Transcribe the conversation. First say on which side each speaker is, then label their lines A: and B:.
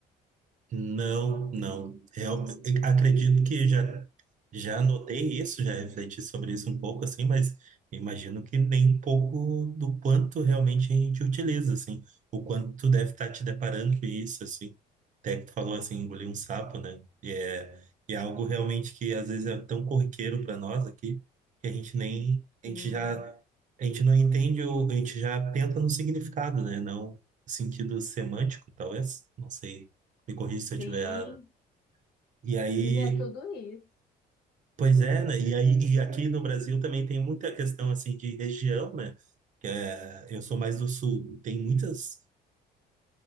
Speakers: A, on the right; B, on the left.
A: Não, não. Eu acredito que já já notei isso, já refleti sobre isso um pouco assim, mas imagino que nem um pouco do quanto realmente a gente utiliza assim, o quanto tu deve estar te deparando com isso assim. Até que tu falou assim, engolir um sapo, né? E é, e é algo realmente que às vezes é tão corriqueiro para nós aqui que a gente nem
B: Sim,
A: a gente já a gente não entende ou a gente já pensa no significado, né? Não no sentido semântico, talvez, não sei me corrija se eu
B: sim,
A: estiver errado. E aí,
B: sim, é tudo isso.
A: pois é, né? E aí, e aqui no Brasil também tem muita questão assim de região, né? Que é, eu sou mais do sul. Tem muitas